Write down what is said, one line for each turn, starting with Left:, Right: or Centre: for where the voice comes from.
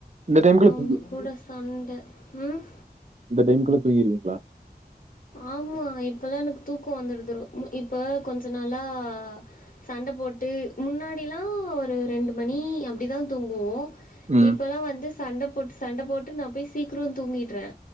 Right: இந்த டைம்க்குள்ள
Left: உங்க கூட சண்ட ம்
Right: இந்த டைமுக்லா தூங்கிருவீங்ளா
Left: ஆமா இப்பல்லா எனக்கு தூக்கம் வந்துடுது இப்போ கொஞ்ச நாளா சண்ட போட்டு முன்னாடிலா ஒரு ரெண்டு மணி அப்டி தா தூங்குவோம்
Right: ம்
Left: இப்பல்லா வந்து சண்ட போட்டு சண்ட போட்டு நா போய் சீக்கிரம் தூங்கிட்ற